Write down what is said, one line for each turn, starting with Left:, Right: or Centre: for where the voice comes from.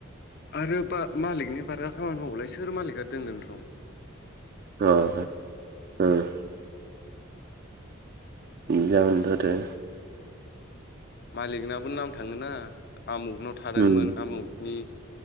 Left: आरो बा मालिकनि बारगा खामानि मावलाय सोर मालिकआ दोनगोन रुम
Right: अ जागोन थ' आरो
Left: मालिकनाबो नाम थाङोना आमुगनाव
Right: उम
Left: थादोंमोन आमुगनि